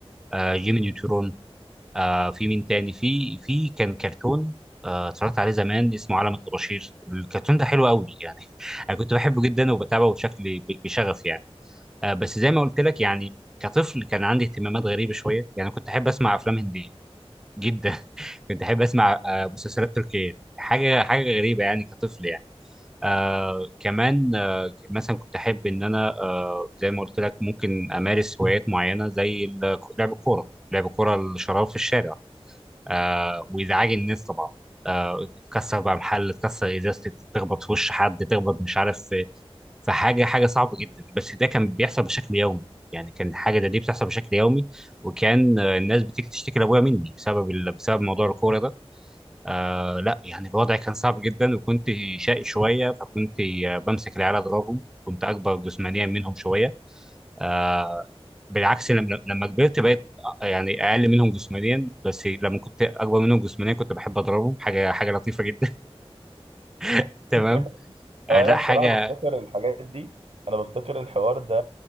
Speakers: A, in the centre; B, on the right.
A: آه جيمي نيوترون آه في مين تاني في في كان كرتون آه اتفرجت عليه زمان اسمه عالم الطباشير الكرتون ده حلو قوي يعني <laughs> انا كنت بحبه جدا وبتابعه بشكل ب- بشغف يعني آه بس زي ما قلت لك يعني كطفل كان عندي اهتمامات غريبه شويه يعني كنت احب اسمع افلام هنديه جدا <laughs> كنت احب اسمع آه مسلسلات تركيه حاجه حاجه غريبه يعني كطفل يعني آه كمان آه مثلا كنت احب ان انا آه زي ما قلت لك ممكن امارس هوايات معينه زي ال- لعب الكوره لعب الكوره الشراب في الشارع آه ويزعج الناس طبعا آه تكسر بقى محل تكسر ازازه تخبط في وش حد تخبط مش عارف في في حاجه حاجه صعبه جدا بس ده كان بيحصل بشكل يومي يعني كان حاجه ده دي بتحصل بشكل يومي وكان آه، الناس بتيجي تشتكي لابويا مني بسبب ال... بسبب موضوع الكوره ده آه لا يعني الوضع كان صعب جدا وكنت شقي شويه فكنت آه، بمسك العيال اضربهم كنت اكبر جسمانيا منهم شويه آه بالعكس لما لما كبرت بقيت آه، يعني اقل منهم جسمانيا بس لما كنت اكبر منهم جسمانيا كنت بحب اضربهم حاجه حاجه لطيفه جدا <laughs> تمام
B: <laughs>
A: آه
B: هو
A: لا
B: انا بصراحه
A: حاجه
B: بفتكر الحاجات دي انا بفتكر الحوار ده